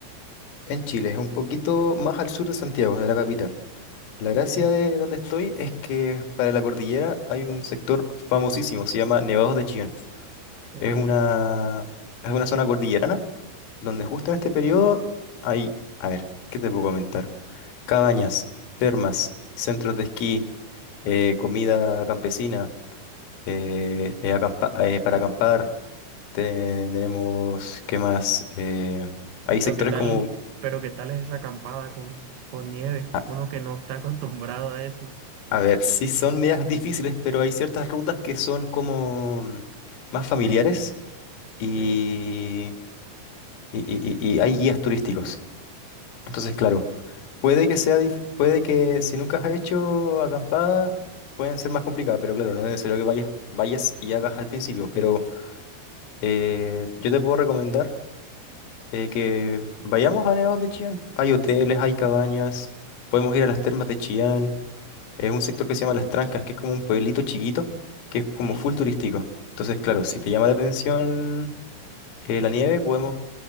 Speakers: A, on the left (about 80°); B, on the right (about 75°).
A: En Chile, es un poquito más al sur de Santiago, de la capital. La
B: Ok,
A: gracia de donde estoy es que para la cordillera hay un sector famosísimo, se llama Nevados de Chillán.
B: ok.
A: Es una, es una zona cordillerana donde justo en este periodo hay, a ver, ¿qué te puedo comentar? Cabañas, termas, centros de esquí, eh, comida campesina, eh, eh, acampa- eh, para acampar. Tenemos, ¿qué más? Eh, hay
B: Pero
A: sectores
B: qué tal,
A: como...
B: pero qué tal es esa acampada con, con nieve,
A: ah,
B: uno que no está <laughs> acostumbrado a eso.
A: A ver, sí son medias difíciles, pero hay ciertas rutas que son como mm, más familiares y,
B: Ok,
A: y, y- y- y hay guías turísticos. Entonces, claro, puede que sea, dif- puede que si nunca has hecho acampada, pueden ser más complicadas, pero claro, no es necesario que vayas, vayas y hagas al principio. Pero eh, yo te puedo recomendar eh, que vayamos a Nevados de Chillán. Hay hoteles, hay cabañas, podemos ir a las termas de Chillán. Es un sector que se llama Las Trancas, que es como un pueblito chiquito, que es como
B: sí,
A: full turístico. Entonces, claro, si te llama la atención eh, la nieve, podemos,